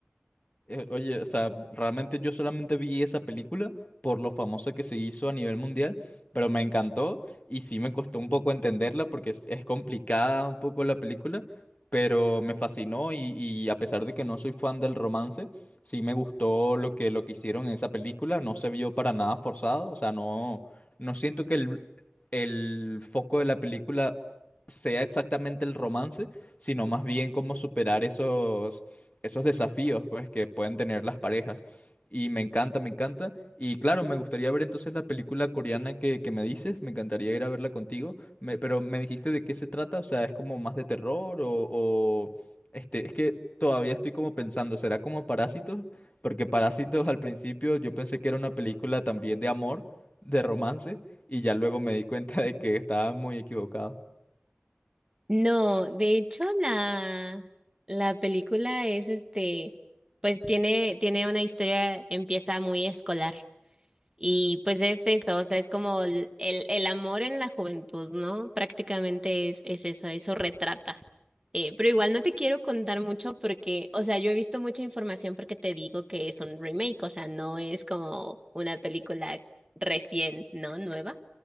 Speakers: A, on the left; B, on the right.
A: Eh, Oye, o sea, realmente yo solamente vi esa película por lo famosa que se hizo a nivel mundial, pero me encantó y sí me costó un poco entenderla porque es, es complicada un poco la película, pero me fascinó y, y a pesar de que no soy fan del romance, sí me gustó lo que, lo que hicieron en esa película, no se vio para nada forzado, o sea, no, no siento que el, el foco de la película sea exactamente el romance, sino más bien cómo superar esos esos desafíos pues que pueden tener las parejas. Y me encanta, me encanta. Y claro, me gustaría ver entonces la película coreana que, que me dices. Me encantaría ir a verla contigo. Me- pero me dijiste de qué se trata. O sea, es como más de terror o, o, este, es que todavía estoy como pensando, ¿será como Parásitos? Porque Parásitos al principio yo pensé que era una película también de amor, de romance, y ya luego me di cuenta de que estaba muy equivocado.
B: No, de hecho la, la película es este, pues tiene, tiene una historia, empieza muy escolar. Y pues es eso, o sea, es como el, el, el amor en la juventud, ¿no? Prácticamente es, es eso, eso retrata. Eh, pero igual no te quiero contar mucho porque, o sea, yo he visto mucha información porque te digo que es un remake, o sea, no es como una película recién, ¿no? Nueva.